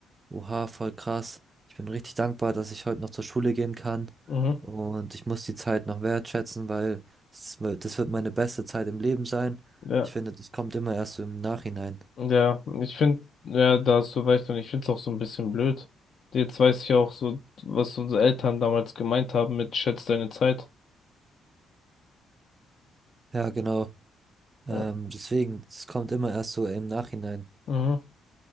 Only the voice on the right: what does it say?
oha, voll krass, ich bin richtig dankbar, dass ich heute noch zur Schule gehen kann
und ich muss die Zeit noch wertschätzen, weil es wird- das wird meine beste Zeit im Leben sein.
Ich finde, das kommt immer erst so im Nachhinein.
Ja, genau. Ähm,
deswegen, das kommt immer erst so im Nachhinein.